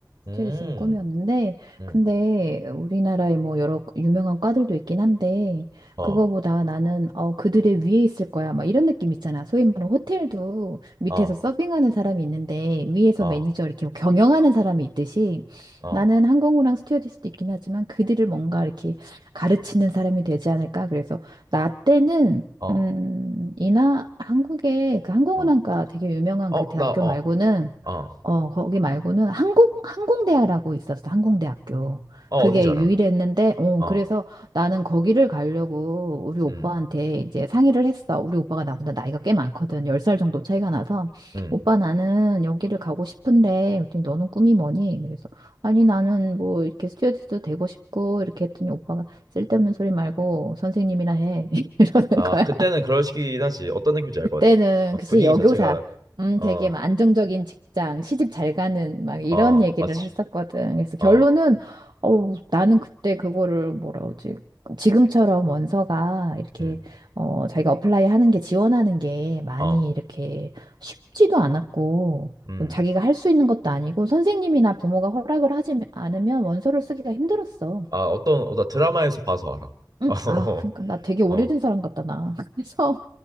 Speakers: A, on the right; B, on the right.
A: 음,
B: 스튜어디스가 꿈이었는데,
A: 음,
B: 근데 우리나라에 뭐 여러 유명한 과들도 있긴 한데,
A: 어,
B: 그거보다 나는, 어, 그들의 위에 있을 거야. 막 이런 느낌 있잖아. 소위 말하는 호텔도 밑에서
A: 어,
B: 서빙하는 사람이 있는데, 위에서
A: 어,
B: 매니저 이렇게 뭐 경영하는 사람이 있듯이,
A: 어.
B: 나는 항공우랑 스튜어디스도 있긴 하지만, 그들을 뭔가 이렇게 가르치는 사람이 되지 않을까. 그래서, 나 때는,
A: 어,
B: 음, 이나 한국에 그 항공운항과
A: 어,
B: 되게 유명한
A: 어,
B: 그 대학교
A: 나, 어,
B: 말고는
A: 어, 어,
B: 어 거기 말고는 항공 항공대학이라고 있었어 항공대학교
A: 어딘
B: 그게
A: 지 알아.
B: 유일했는데 어
A: 어,
B: 그래서 나는 거기를 가려고 우리 오빠한테
A: 음,
B: 이제 상의를 했어 우리 오빠가 나보다 나이가 꽤 많거든 10살 정도 차이가 나서
A: 음.
B: 오빠 나는 여기를 가고 싶은데 그랬더니 너는 꿈이 뭐니 그래서 아니 나는 뭐 이렇게 스튜어디스도 되고 싶고 이렇게 했더니 오빠가 쓸데없는 소리 말고 선생님이나 해 <laughs> 이러는
A: 아,
B: 거야
A: 그때는 그럴 시기긴 하지. 어떤 느낌인지 알
B: 그때는
A: 것 같아. 어,
B: 글씨
A: 분위기
B: 여교사,
A: 자체가,
B: 음,
A: 어,
B: 되게 막 안정적인 직장, 시집 잘 가는 막
A: 어,
B: 이런 얘기를
A: 맞지.
B: 했었거든. 그래서 결론은
A: 어,
B: 어, 나는 그때 그거를 뭐라 그러지? 지금처럼 원서가 이렇게
A: 음,
B: 어, 자기가 어플라이 하는 게 지원하는 게 많이
A: 어,
B: 이렇게 쉽지도 않았고
A: 음.
B: 뭐 자기가 할 수 있는 것도 아니고 선생님이나 부모가 허락을 하지 않으면 원서를 쓰기가 힘들었어.
A: 아, 어떤, 어, 나 드라마에서 봐서 알아.
B: 응,
A: <laughs>
B: 아, 그러니까 나 되게
A: 어,
B: 오래된
A: 어,
B: 사람 같다, 나. <laughs> 그래서